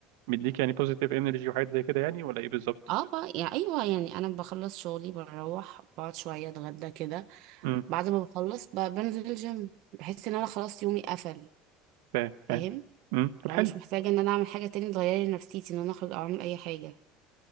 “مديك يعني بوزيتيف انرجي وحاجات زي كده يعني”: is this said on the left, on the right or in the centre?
Right